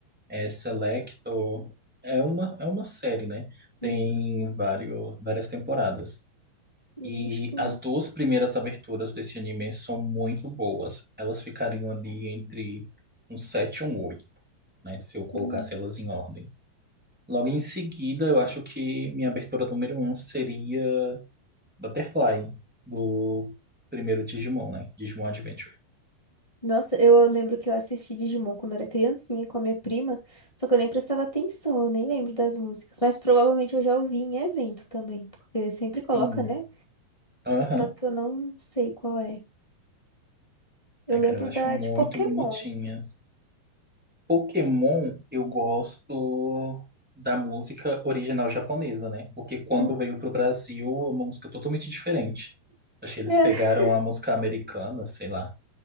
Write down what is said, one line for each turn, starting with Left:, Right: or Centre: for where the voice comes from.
Centre: É selecto. É uma, é uma série, né? Tem
Left: Hum,
Centre: vários, várias temporadas.
Left: hum,
Centre: E
Left: Acho que não.
Centre: as duas primeiras aberturas desse anime são muito boas. Elas ficariam ali entre um 7 e um 8, né? Se eu colocasse
Left: Uhum.
Centre: elas em ordem. Logo em seguida, eu acho que minha abertura número um seria Butterfly, do primeiro Digimon, né? Digimon Adventure.
Left: Nossa, eu lembro que eu assisti Digimon quando era criancinha com a minha prima, só que eu nem prestava atenção, eu nem lembro das músicas. Mas provavelmente eu já ouvi em evento também, porque sempre coloca,
Centre: Sim.
Left: né?
Centre: Aham.
Left: Só que eu não sei qual é. Eu
Centre: Ai,
Left: lembro
Centre: cara, eu acho
Left: da
Centre: muito
Left: de Pokémon.
Centre: bonitinhas. Pokémon, eu gosto da música original japonesa, né? Porque quando
Left: Hum.
Centre: veio pro Brasil, é uma música totalmente diferente. Achei que eles
Left: É,
Centre: pegaram a música americana, sei lá.